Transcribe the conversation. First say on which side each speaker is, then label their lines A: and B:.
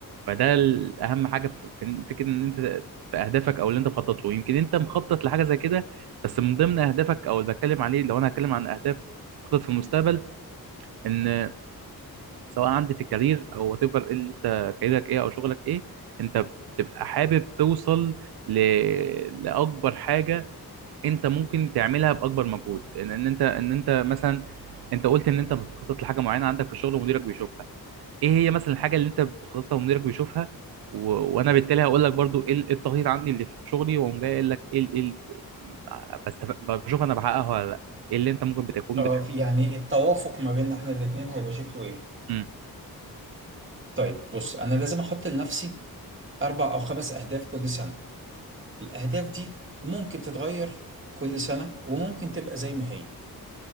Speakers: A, on the right (about 80°); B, on the right (about 30°).
A: فده ال- اهم حاجه في في فكره ان انت في اهدافك او اللي انت مخطط له يمكن انت مخطط لحاجه زي كده بس من ضمن اهدافك او اللي بتكلم عليه لو انا هتكلم عن اهداف مخطط في المستقبل ان سواء عندي في الكارير او وات ايفر انت كاريرك ايه او شغلك ايه انت بتبقى حابب توصل ل... لاكبر حاجه انت ممكن تعملها باكبر مجهود ان ان انت ان انت مثلا انت قلت ان انت بتخطط لحاجه معينه عندك في الشغل ومديرك بيشوفها ايه هي مثلا الحاجه اللي انت بتخططها ومديرك بيشوفها و... وانا بالتالي هقول لك برضو ايه ال- إيه التخطيط عندي اللي في شغلي واقوم جاي قايل لك ايه ال... ايه ال... بستف... بشوف انا بحققها ولا لا ايه اللي انت ممكن بتكون
B: اه
A: بت...
B: في- يعني التوافق ما بيننا احنا الاتنين هيبقى شكله ايه
A: مم.
B: طيب بص انا لازم احط لنفسي اربع او خمس اهداف كل سنة الاهداف دي ممكن تتغير كل سنة وممكن تبقى زي ما هي